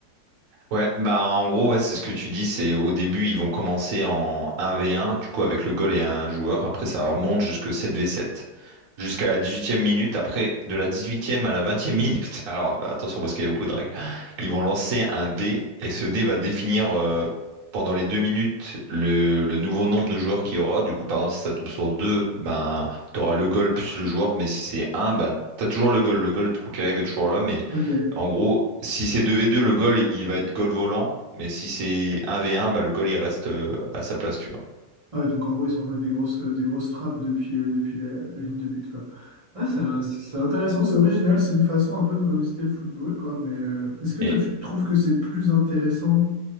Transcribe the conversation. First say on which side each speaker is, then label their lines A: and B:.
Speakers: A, on the right (about 60°); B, on the right (about 30°).
A: Ouais, bah en gros, ouais, c'est ce que tu dis, c'est au début, ils vont commencer en 1v1, du coup avec le goal et un joueur, après ça remonte jusque 7v7. jusqu'à la dix-huitième minute. Après, de la dix-huitième à la vingtième minute, <laughs> alors bah, attention parce qu'il y a beaucoup de règles, ils vont lancer un dé et ce dé va définir euh, pendant les deux minutes le, le nouveau nombre de joueurs qu'il y aura. Du coup, par exemple, si ça tombe sur deux, ben, tu auras le goal plus le joueur, mais si c'est un, ben, tu as toujours le goal. Le goal, du coup, qui arrive est toujours là, mais
B: Ok.
A: en gros, si c'est deux v deux le goal, il va être goal volant. Mais si c'est un v un bah, le goal, il reste euh, à sa place, tu vois.
B: Ah ouais, donc en gros, ils s'envoient des grosses, euh, des grosses frappes depuis, euh, depuis la, la ligne de but, quoi. Ah, c'est un- c'est intéressant, c'est original, c'est une façon un peu de revisiter le football, quoi. Mais euh, est-ce que
A: Et,
B: toi, tu trouves que c'est plus intéressant